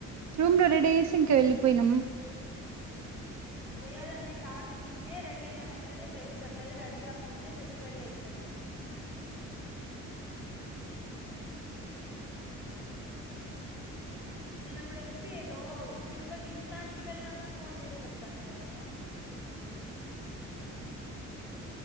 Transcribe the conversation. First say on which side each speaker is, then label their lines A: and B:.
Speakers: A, on the right; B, in the centre.
A: రూమ్ లో రెడ్ ఏసంకి వెళ్ళి పోయినం
B: చేయాలనే థాట్ ఉంటే రెడీ అయిన వెంటనే చేస్తారు లేదా రెడీ కాకముందే చెప్పి రెడీ అవుతారు నేను అప్పుడు ఎంసిఏలో తిరుపతి ఇస్తకాన్ కి వెళ్ళినప్పుడు ఫోన్ చేసి చెప్తాను కదా మే